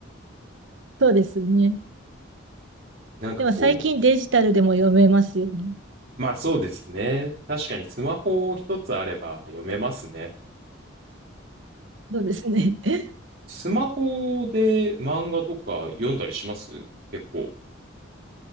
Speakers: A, on the right (about 70°); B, on the right (about 50°).
A: そうですね。
B: なんかこう、
A: でも最近デジタルでも読めますよね。
B: まあそうですね。確かにスマホ一つあれば読めますね。
A: そうですね。<laughs>
B: スマホで漫画とか読んだりします結構。